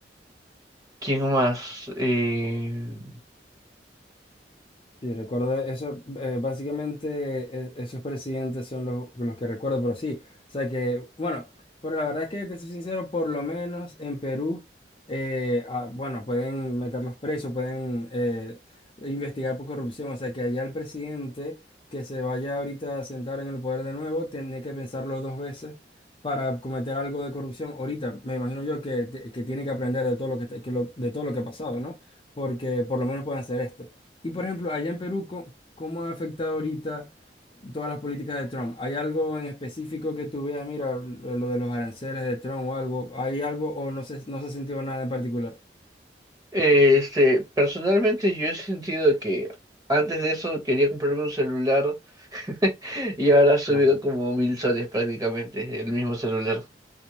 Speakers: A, on the right (about 20°); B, on the left (about 30°).
A: ¿quién más? Eh,
B: Sí, recuerdo eso, eh, básicamente e- esos presidentes son los, los que recuerdo, pero sí, o sea que, bueno, pero la verdad es que, te soy sincero, por lo menos en Perú, eh, ah, bueno, pueden meterlos presos, pueden eh, investigar por corrupción, o sea que allá el presidente que se vaya ahorita a sentar en el poder de nuevo, tiene que pensarlo dos veces para cometer algo de corrupción. Ahorita, me imagino yo que, que tiene que aprender de todo lo que, te- que lo- de todo lo que ha pasado, ¿no? Porque por lo menos pueden hacer esto. Y por ejemplo, allá en Perú, co- ¿cómo, ha afectado ahorita todas las políticas de Trump? ¿Hay algo en específico que tú veas, mira, lo lo de los aranceles de Trump o algo? ¿Hay algo o no se, no se ha sentido nada en particular?
A: eh, este, personalmente yo he sentido que antes de eso quería comprarme un celular <laughs> y ahora ha subido
B: Claro.
A: como mil soles prácticamente el mismo celular.